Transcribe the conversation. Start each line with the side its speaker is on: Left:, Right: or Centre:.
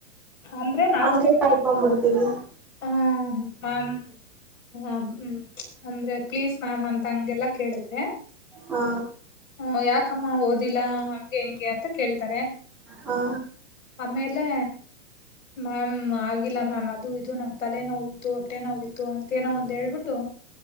Left: ಅಂದ್ರೆ ನಾವು.
Centre: ಹಂಗೆ ಕಳ್ಕೊಂಡ್ಬಿಡ್ತೀವಿ
Left: ಹ್ಮ ಮೆಮ್. ಹಾ ಹ್ಮ್ ಅಂದ್ರೆ ಪ್ಲೀಸ್ ಮ್ಯಾಮ್ ಅಂತ ಹಂಗೆಲ್ಲಾ ಕೇಳಿದ್ರೆ.
Centre: ಹಾ
Left: ಹ್ಮ ಯಾಕಮ್ಮ ಓದಿಲ್ಲಾ ಹಂಗೆ ಹಿಂಗೆ ಅಂತ ಕೇಳ್ತಾರೆ.
Centre: ಹಾ
Left: ಆಮೇಲೆ ಮ್ಯಾಮ್ ಆಗಿಲ್ಲ ಮ್ಯಾಮ್ ಅದು. ಇತ್ತು ನಮ್ ತಲೆ ನೋವಿತ್ತು ಹೊಟ್ಟೆ ನೋವಿತ್ತು ಅಂತ ಏನೋ ಒಂದ್ ಹೇಳ್ಬಿಟ್ಟು